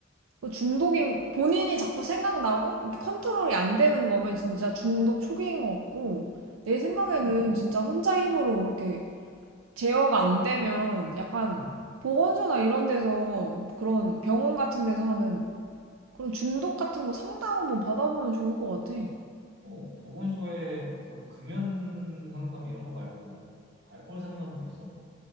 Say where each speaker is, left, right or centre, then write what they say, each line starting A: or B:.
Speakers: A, on the right; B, on the right.
A: 그 중독인 본인이 자꾸 생각나고 이렇게 컨트롤이 안 되는 거면 진짜 중독 초기인 것 같고 내 생각에는
B: 음.
A: 진짜 혼자 힘으로 이렇게 제어가 안 되면 약간
B: 음.
A: 보건소나 이런 데서 그런 병원 같은 데서 하는 그런 중독 같은 거 상담 한번 받아보면 좋을 것 같아.
B: 어? 보건소에 그 금연 상담 이런 거 말고 알코올 상담도 있어?